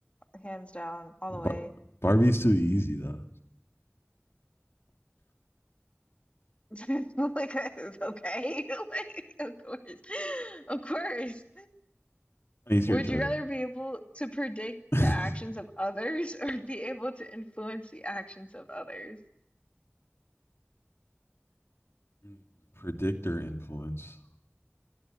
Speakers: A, on the left; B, on the left.
A: hands down, all
B: But
A: the way.
B: Barbie's too easy though.
A: <laughs> Like, uh, okay, <laughs> like, of course, of course.
B: I mean, it's
A: Would
B: your choice.
A: you rather be able to predict
B: <laughs>
A: the actions of others <laughs> or be able to influence the actions of others?
B: Mm, Predictor influence.